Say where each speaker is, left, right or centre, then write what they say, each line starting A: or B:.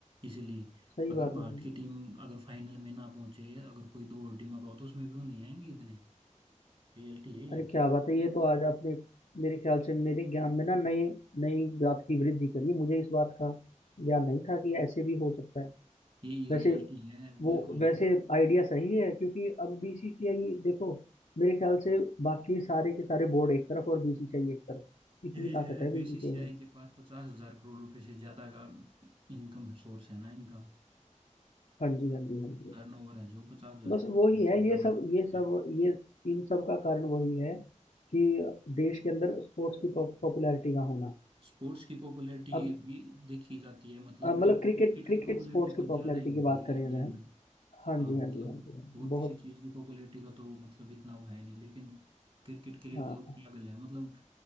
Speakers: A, on the right; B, on the left.
A: इसलिए
B: सही
A: अगर
B: बात है
A: भारत
B: जी
A: की टीम अगर फाइनल में ना पहुंचे अगर कोई दो और टीमों का हो तो उसमें भी वो नहीं आएंगे इतने रियलिटी है
B: अरे क्या बात है ये तो आज आपने एक- मेरे ख्याल से मेरे ज्ञान में ना नई नई बात की वृद्धि करी मुझे इस बात का ज्ञान नहीं था कि ऐसे भी हो सकता है
A: ये यही
B: वैसे
A: रियलिटी है
B: वो
A: बिल्कुल
B: वैसे आइडिया सही है क्योंकि अब बीसीसीआई देखो मेरे ख्याल से बाकी सारे के सारे बोर्ड एक तरफ और बीसीसीआई एक तरफ इतनी
A: यही
B: ताकत
A: है
B: है
A: बीसीसीआई
B: बीसीसीआई में
A: के पास पचास हजार करोड़ रुपए से ज्यादा का इनकम सोर्स है ना इनका
B: हाँ जी हाँ जी हाँ जी
A: टर्नओवर है जो पचास हजार
B: बस वही है
A: से ज्यादा
B: ये सब
A: हो चुका
B: ये सब
A: है
B: ये इन सब का कारण वही है कि देश के अंदर स्पोर्ट्स की पॉपुलैरिटी का होना
A: स्पोर्ट्स की पॉपुलैरिटी
B: अब
A: भी देखी जाती है मतलब
B: अ, मतलब
A: लेकिन
B: क्रिकेट
A: क्रिकेट
B: क्रिकेट
A: की पॉपुलैरिटी
B: स्पोर्ट्स की
A: कुछ
B: पॉपुलैरिटी
A: ज्यादा ही होगी
B: की बात
A: है
B: करें
A: इंडिया
B: अगर हम
A: में
B: हाँ
A: हाँ
B: जी
A: मतलब
B: हाँ जी हाँ जी हाँ जी
A: और
B: बहुत
A: किसी चीज की पॉपुलैरिटी का तो मतलब इतना वो है नहीं लेकिन क्रिकेट के लिए
B: हाँ
A: तो लोग पागल है मतलब